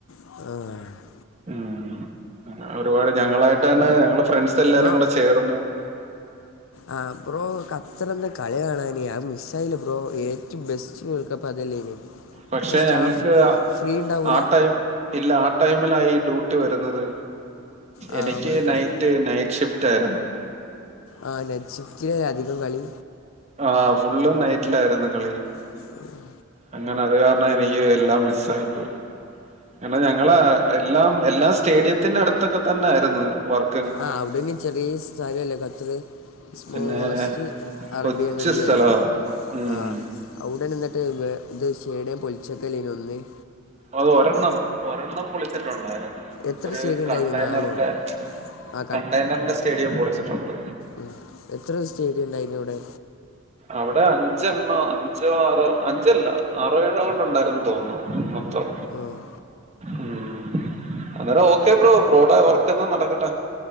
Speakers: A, on the left; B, on the right.
A: ആഹാ..
B: ഉം ഒരുപാട് ഞങ്ങളായിട്ട് തന്നെ, ഞങ്ങള് ഫ്രണ്ട്സ് എല്ലാരും
A: ബ്രോ
B: കൂടെ ചേർന്ന്-
A: ആ ബ്രോ ഖത്തറിന്റെ കളി കാണാന് ആ മിസ്സായിലെ ബ്രോ ഏ- ഏറ്റോ ബെസ്റ്റ് വേൾഡ് കപ്പ്- അതല്ലെനു
B: പക്ഷെ
A: അത് സ്റ്റാഫ്
B: ഞങ്ങൾക്ക്
A: ഫ്രീ ഇണ്ടാവൂല്ല.
B: ആ ടൈം ഇല്ല ആ ടൈമില ഈ ഡ്യൂട്ടി വരുന്നത്
A: ആ
B: എനിക്ക്
A: വേൾഡ് കപ്പ്
B: നൈറ്റ്, നൈറ്റ് ഷിഫ്- റ്റാരുന്ന്.
A: ആ നൈറ്റ്‌ ഷിഫ്റ്റിലല്ലെ അധികം കളി.
B: ആഹ് ഫുള്ളും നൈറ്റിലായിരുന്നു കളി.
A: ഉം...
B: അങ്ങനത് കാരണം എനിക്ക് എല്ലാം മിസ്സായിപ്പോയി. പിന്നെ ഞങ്ങള എല്ലാം, എല്ലാ സ്റ്റേഡിയത്തിനടുത്തൊക്കെ- തന്നായിരുന്നു വർക്ക്.
A: ആഹ് അവിടെന് ചെറിയ സ്ഥലല്ലേ ഖത്തറ്. സ്മോളസ്റ്റ്
B: പിന്നെ
A: അറേബിയൻ
B: കൊച്ചു
A: കണ്ടട്രിയല്ലേ?
B: സ്ഥലവാ ഉം
A: ആഹാ അവിടെ നിന്നിട്ട് ഇത് സ്റ്റേഡിയം പൊളിച്ചക്കലെനു അന്ന്-
B: അത് ഒരെണ്ണം, ഒരെണ്ണം പൊളിച്ചെട്ടുണ്ടായിരുന്നു.
A: എത്ര
B: ഒരു
A: സ്റ്റേഡിയം ഉണ്ടായിരുന്നു
B: കണ്ടെയ്നറിന്റെ-
A: നാലോ ആ
B: കണ്ടെയ്നറിന്റെ സ്റ്റേഡിയം പൊളിച്ചെട്ടുണ്ട്.
A: ഉം എത്ര സ്റ്റേഡിണ്ടായിനു അവിടെ
B: അവിടെ അഞ്ചണ്ണ അഞ്ചോ ആറോ അഞ്ചല്ല ആറോ ഏഴോങ്ങാണ്ട് ഉണ്ടാരുന്നെന്ന് തോന്ന് മൊത്തം
A: ഉം
B: ഉം അന്നേരം ഓക്കെ ബ്രോ ബ്രോഡാ വർക്ക്ന്നാ നടക്കട്ടെ